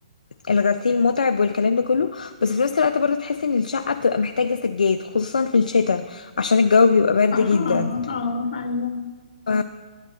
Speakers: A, on the left; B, on the left.
A: الغسيل متعب والكلام ده كله بس في نفس الوقت برضو تحس ان الشقة بتبقى محتاجة سجاد خصوصا في الشتاء عشان الجو بيبقى برد
B: أها،
A: جدا
B: أها، أيوة.
A: ف...